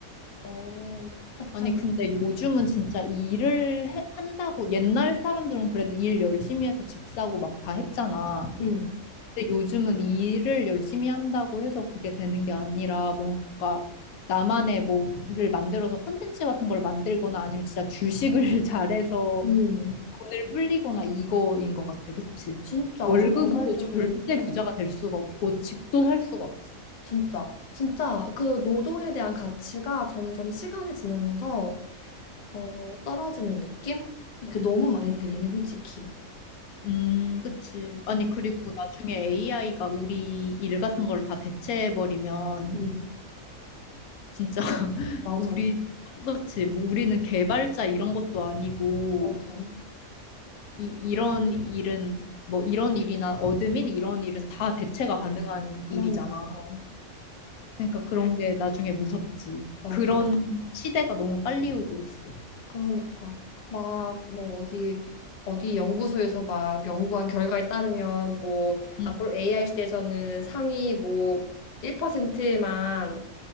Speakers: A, on the left (about 85°); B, on the left (about 50°).
A: 어.
B: 확장.
A: 아니, 근데 요즘은 진짜 일을 해- 한다고, 옛날 사람들은 그래도 일 열심히 해서 집 사고 막 다 했잖아.
B: 응,
A: 근데 요즘은 일을 열심히 한다고 해서 그게 되는 게 아니라 뭔가 나만의 뭐를 만들어서 콘텐츠 같은 걸 만들거나 아니면 진짜 주식을 <laughs> 잘해서
B: 응.
A: 돈을 불리거나 이거인 것 같아. 그치?
B: 진짜
A: 월급으로
B: 맞아. 너 말대로.
A: 절대 부자가 될 수가 없고 집도 살 수가 없어.
B: 진짜, 진짜 그 노동에 대한 가치가 점점 시간이 지나면서 어, 떨어지는 느낌? 이게 너무 많이 들긴 해, 솔직히.
A: 음, 그치. 아니,
B: 응,
A: 그리고 나중에 AI가 우리 일 같은 걸 다 대체해버리면,
B: 응,
A: 진짜, <laughs>
B: 맞아,
A: 우리, 그치. 뭐, 우리는 개발자 이런 것도 아니고,
B: 맞아.
A: 이, 이런 일은, 뭐, 이런 일이나 어드민 이런 일은 다 대체가 가능한
B: 그러니까,
A: 일이잖아. 그러니까 그런 게 나중에 무섭지.
B: 맞아.
A: 그런 시대가 너무 빨리 오고 있어.
B: 그러니까 막 뭐 어디 어디 연구소에서 막 연구한 결과에 따르면 뭐
A: 응,
B: 앞으로 AI 시대에서는 상위 뭐 1%만